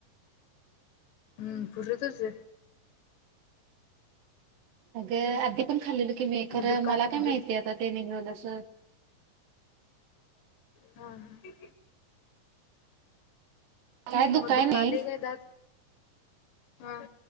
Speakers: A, on the left; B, on the right.
A: हम् फुर तुज.
B: अगं आधी पण खाल्लेल की मी खरं
A: मग दुका
B: मला काय
A: दु
B: माहितीय आता ते निघल अस.
A: हा ह
B: काय दुखाय
A: मग दुखाले
B: नाही.
A: काय दात हा.